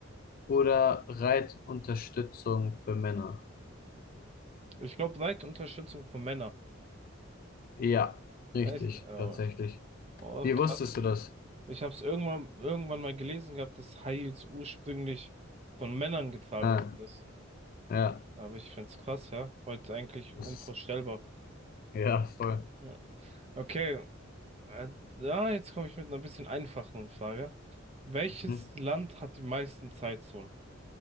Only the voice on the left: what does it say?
oder Reitunterstützung für Männer?
Ja, richtig,
tatsächlich.
Wie
wusstest du das?
Ah,
ja,
das
ist Ja, voll.
Mhm.